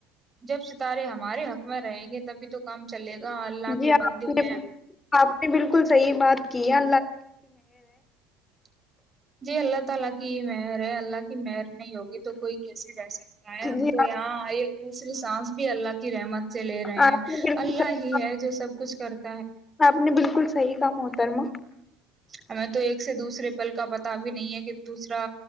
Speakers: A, on the right; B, on the left.
A: جب ستارے ہمارے حق میں رہیں گے تبھی تو کام چلے گا اللہ کے
B: جی آپ
A: بندی
B: نے
A: ہیں
B: آپ بالکل صحیح بات کی ہے
A: <inaudible> کی مر ہے اللہ کی مہر نہیں ہوگی تو کوئی کیسے رہ سکتا ہے ہم
B: جی
A: تو
B: آپ
A: یہاں ایک دوسری سانس بھی اللہ کی رمت ے لے رہے
B: آپ
A: ہیں
B: نے بالکل
A: اللہ
B: صحیح
A: ہی ہے جو سب کچھ کرتے <inaudible>
B: آپ نے بالکل صحیح کام ہوتارما
A: ہمیں تو ایک سے دوسرے پل کا پتا بھی نہیں ہے کہ دوسرا